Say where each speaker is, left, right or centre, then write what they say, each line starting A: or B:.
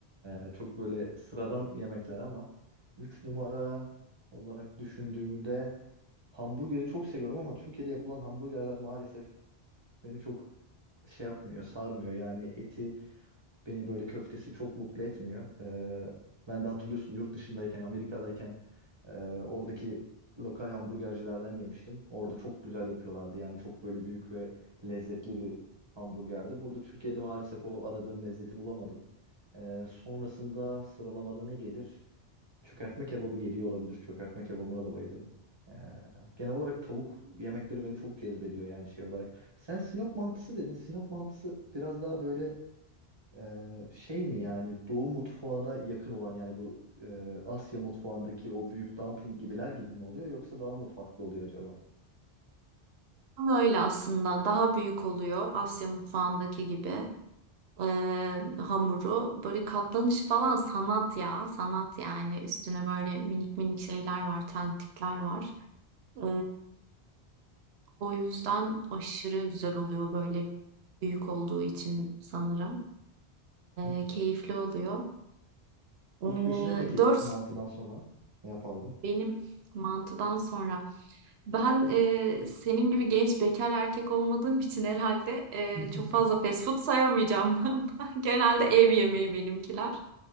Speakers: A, on the right; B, on the right.
A: Eee, çok böyle sıradan yemekler ama üç numara olarak düşündüğümde Hamburgeri çok seviyorum ama Türkiye'de yapılan hamburgerler maalesef beni çok şey yapmıyor, sarmıyor. Yani eti beni böyle köftesi çok mutlu etmiyor. Ee, ben de hatırlıyorsun yurt dışındayken, Amerika'dayken e, oradaki lokal hamburgercilerden yemiştim. Orada çok güzel yapıyorlardı. Yani çok böyle büyük ve lezzetli bir hamburgerdi. Burada Türkiye'de maalesef o aradığım lezzeti bulamadım. Ee, sonrasında sıralamada ne gelir? Çökertme kebabı geliyor olabilir. Çökertme kebabına da bayılırım. Ee, genel olarak tavuk yemekleri beni çok cezbediyor yani şey olarak. Sen Sinop mantısı dedin. Sinop mantısı biraz daha böyle e, şey mi yani Doğu mutfağına yakın olan yani bu e, Asya mutfağındaki o büyük dumpling gibiler gibi mi oluyor yoksa daha mı farklı oluyor acaba?
B: Ama öyle aslında. Daha büyük oluyor Asya mutfağındaki gibi. e, hamuru. Böyle katlanışı falan sanat ya. Sanat yani. Üstüne böyle minik minik şeyler var. Tentikler var. E, o yüzden aşırı güzel oluyor böyle büyük olduğu için sanırım.
A: <laughs>
B: E, keyifli oluyor.
A: İlk
B: E,
A: beşine peki
B: dört
A: mantıdan sonra ne yapardın?
B: benim mantıdan sonra ben e, senin gibi genç bekar erkek olmadığım için herhalde e,
A: <laughs>
B: çok fazla fast food sayamayacağım. <laughs> ben. Genelde ev yemeği benimkiler.